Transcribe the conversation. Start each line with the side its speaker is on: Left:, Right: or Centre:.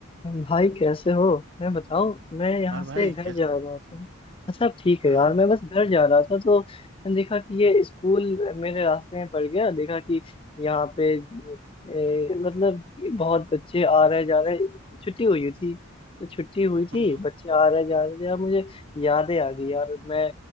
Left: भाई कैसे हो मैं बताओ मैं यहाँ
Right: और
Left: से
Right: भाई हम्म
Left: घर
Right: कैसे
Left: जा रहा था अच्छा अब ठीक है
Right: हाँ
Left: यार मैं बस घर जा रहा था तो मैंने देखा कि ये स्कूल मेरे रास्ते में पड़ गया देखा कि यहाँ पे ए, मतलब कि बहुत बच्चे आ रहे जा रहे छुट्टी हुई थी तो छुट्टी हुई थी
Right: हम्म
Left: बच्चे आ रहे जा रहे थे यार मुझे यादें आ गई यार मैं